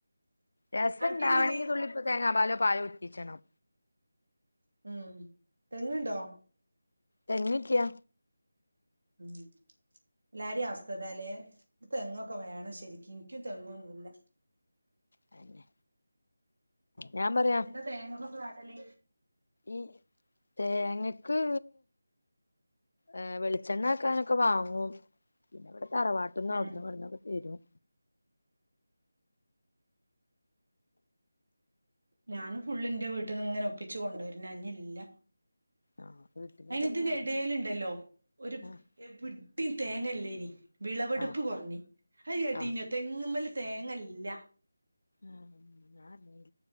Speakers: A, on the left; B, on the right.
A: രസം
B: അനക്കെങ്ങനെ
A: ഇണ്ടാവണെങ്കിൽ തുള്ളി തേങ്ങാ പാലോ പാലോ ഉറ്റിച്ചണം
B: ഉം തെങ്ങ് ണ്ടോ
A: തെങ്ങ്ല്ലാ
B: ഉം എല്ലാരിം അവസ്ഥഇതാലേ തെങ്ങൊക്കെ വേണം ശെരിക്കും ഇൻക്കും തെങ്ങൊന്നുല്ല
A: അതെന്നെ ഞാൻ പറയാ
B: തേങ്ങക്കൊക്കെ കാട്ടല്
A: ഈ തേങ്ങക്ക് ഏ വെളിച്ചെണ്ണ ആക്കാനൊക്കെ വാങ്ങും പിന്നെ ഇവിടെ തറവാട്ട്ന്നും
B: ഉം
A: ഔടുന്നു ഇവട്ന്നൊക്കെതെരും
B: ഞാന് ഫുള്ളിന്റെ വീട്ടിൽന്ന് ഇങ്ങനെ ഒപ്പിച്ച് കൊണ്ട് വെര്ന ഇഞ്ഞില്ല
A: ആഹ് വീട്ടില്
B: അയ്ന്
A: തന്നെ
B: ഇതിന്റെ
A: അവിടുന്ന്
B: എടേൽണ്ടല്ലോ ഒരു
A: ആഹ്
B: എവ്വ്ടിം തേങ്ങഇല്ലേനി വിളവെടുപ്പ്
A: ആഹ്
B: കുറഞ് അഹ് കേട്ടിനോ
A: ആഹ്
B: തെങ്ങ്മ്മല് തേങ്ങല്ല
A: ആഹ് ഞാനർ ഞ്ഞില്ല